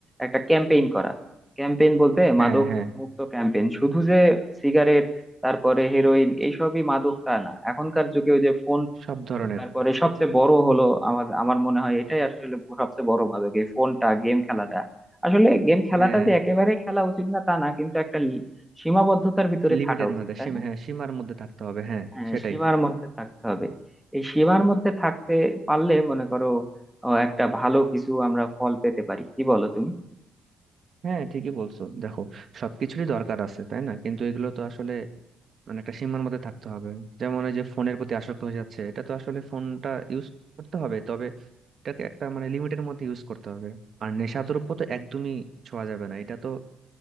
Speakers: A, in the centre; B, on the right.
A: একটা ক্যাম্পেইন করা ক্যাম্পেইন বলতে
B: হ্যাঁ
A: মাদক
B: হ্যাঁ
A: মুক্ত ক্যাম্পেইন শুধু যে সিগারেট তারপরে হেরোইন এইসবই মাদক তা না এখনকার যুগে ওই যে ফোন
B: সব ধরনের
A: তারপরে সবচেয়ে বড় হলো আমার আমার মনে হয় এটাই আসলে সবচেয়ে বড় মাদক এই ফোনটা গেম খেলাটা আসলে গেম খেলাটা
B: হ্যাঁ
A: যে একেবারে খেলা উচিত না তা না কিন্তু একটা লি- সীমাবদ্ধতার ভিতরে
B: লিমিটের
A: থাকা উচিত
B: মধ্যে
A: তাই
B: সীমা
A: না
B: হ্যাঁ সীমার মধ্যে থাকতে হবে হ্যাঁ
A: হ্যাঁ
B: সেটাই
A: সীমার মধ্যে থাকতে হবে এই সীমার মধ্যে থাকতে পারলে মনে করো আহ, একটা ভালো কিছু আমরা ফল পেতে পারি কি বলো তুমি
B: হ্যাঁ ঠিকই বলছো দেখো সবকিছুরই দরকার আছে তাই না কিন্তু এগুলো তো আসলে মানে একটা সীমার মধ্যে থাকতে হবে যেমন এই যে ফোনের প্রতি আসক্ত হয়ে যাচ্ছে এটা তো আসলে ফোনটা ইউজ করতে হবে তবে এটাকে একটা মানে লিমিটের মধ্যে ইউজ করতে হবে আর নেশাদ্রব্য তো একদমই ছোঁয়া যাবে না এটা তো